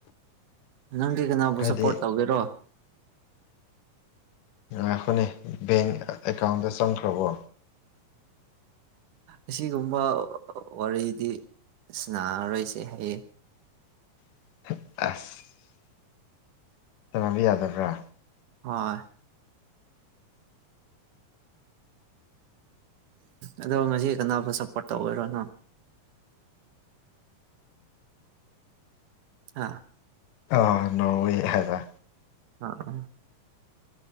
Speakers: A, on the right; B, on the left.
A: ꯅꯪꯗꯤ ꯀꯅꯥꯕꯨ
B: ꯍꯥꯏꯗꯤ
A: ꯁꯞꯄꯣꯔꯠ ꯇꯧꯒꯦꯔꯣ
B: ꯉꯥꯏꯈꯣꯅꯦ ꯕꯦꯡ ꯑꯦꯀꯥꯎꯟꯗ ꯆꯪꯈ꯭ꯔꯕꯣ
A: ꯑꯁꯤꯒꯨꯝꯕ ꯋꯥꯔꯤꯗꯤ ꯁ ꯔꯔꯣꯏꯁꯦ ꯍꯥꯏꯌꯦ
B: <inaudible> ꯁꯅꯕ ꯌꯥꯗꯕ꯭ꯔꯥ
A: ꯍꯣꯏ ꯑꯗꯣ ꯉꯁꯤ ꯀꯅꯥꯕꯨ ꯁꯞꯄꯣꯔꯠ ꯇꯧꯕ ꯑꯣꯏꯔꯣꯅꯣ ꯑꯥ
B: ꯑ ꯅꯦ ꯍꯖꯔ
A: ꯑ ꯎꯝ